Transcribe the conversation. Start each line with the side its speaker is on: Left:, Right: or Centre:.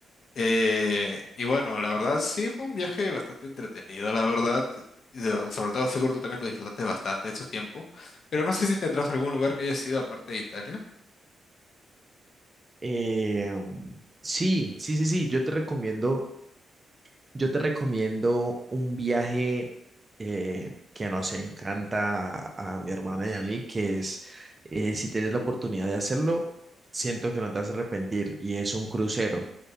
Left: Eh, y bueno, la verdad sí fue un viaje bastante entretenido, la verdad. Y so- Sobre todo seguro tú también lo disfrutaste bastante en su tiempo. Pero no sé si tendrás algún lugar que hayas ido aparte de Italia.
Right: Eh, sí, sí, sí, sí, yo te recomiendo Yo te recomiendo un viaje eh, que nos encanta a, a mi hermana y a mí, que es, eh, si tienes la oportunidad de hacerlo, siento que no te vas a arrepentir, y es un crucero.